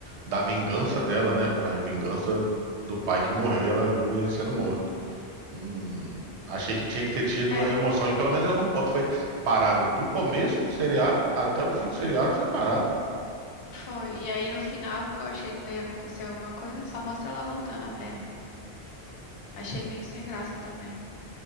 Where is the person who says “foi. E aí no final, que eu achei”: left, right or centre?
Left